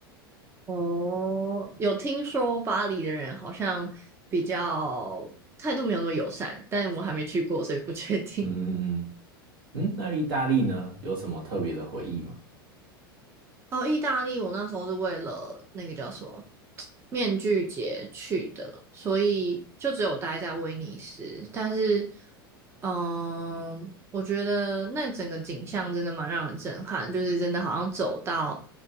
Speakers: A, on the right; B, on the right.
A: 哦，有听说巴黎的人好像比较态度没有那么友善，但我还没去过，所以不确定。
B: 嗯嗯嗯。嗯，那意大利呢，有什么特别的回忆吗？
A: 哦，意大利，我那时候是为了那个叫什么面具节去的，所以就只有待在威尼斯。但是，嗯，我觉得那整个景象真的蛮让人震撼，就是真的好像走到